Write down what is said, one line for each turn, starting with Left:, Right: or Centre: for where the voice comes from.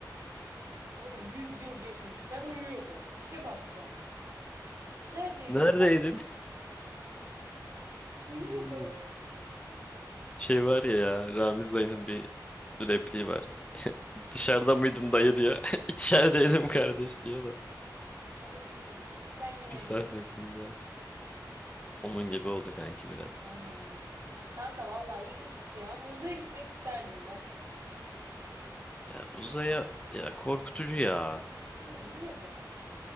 Right: Oğlum 100 yıl geçmiş. Ben uyuyordum. İşe bak sen. Neredeydin
Left: Neredeydin?
Right: kanka? Uyuyordum.
Left: Uyuyorum. Şey var ya, ya Ramiz dayının bir repliği var. Dışarıda mıydın dayı diyor. <laughs> İçerideydim kardeş diyor da
Right: Onu bilmiyorum. Ben yine
Left: bir sahnesinde.
Right: bilmiyorum.
Left: Onun gibi oldu kanki biraz.
Right: Aynen aynen. Kanka vallahi ilginç bir şey ama uzaya gitmek isterdim be.
Left: Ya uzaya ya korkutucu ya.
Right: Oğlum niye be?